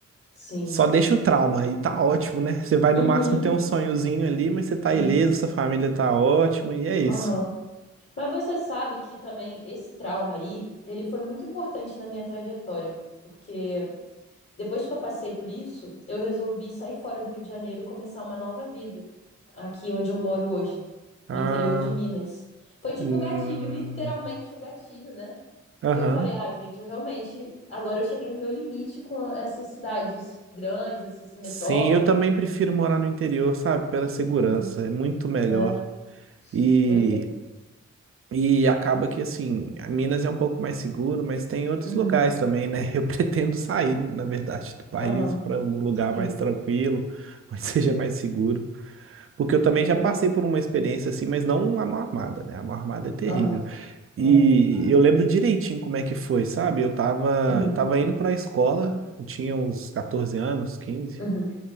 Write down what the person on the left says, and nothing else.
sim.
Uhum,
sim.
Aham. Mas você sabe que também esse trauma aí, ele foi muito importante na minha trajetória, porque depois que eu passei por isso, eu resolvi sair fora do Rio de Janeiro e começar uma nova vida, aqui onde eu moro hoje,
no interior de Minas. Foi tipo
o gatilho, literalmente o gatilho, né?
Porque eu falei, ai, gente, eu realmente, agora eu cheguei no meu limite com essas cidades grandes, essas metrópoles,
né?
Uhum,
é,
pois é.
Uhum,
aham,
sim,
é
verdade.
Aham,
é.
Uhum,
uhum.